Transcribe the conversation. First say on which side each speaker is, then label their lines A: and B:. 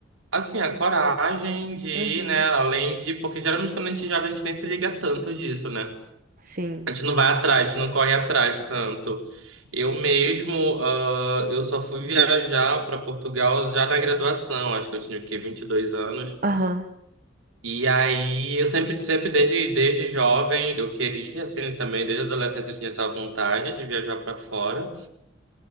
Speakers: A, on the right; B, on the right.
A: assim, a coragem de ir,
B: Uhum.
A: né, além de... Porque geralmente quando a gente é jovem, a gente nem se liga tanto disso, né?
B: Sim.
A: A gente não vai atrás, a gente não corre atrás tanto. Eu mesmo, ah, eu só fui viajar para Portugal já na graduação. Acho que eu tinha o quê? vinte e dois anos.
B: Aham.
A: E aí, eu sempre, sempre desde, desde jovem, eu queria, assim, também, desde a adolescência, eu tinha essa vontade de viajar para fora,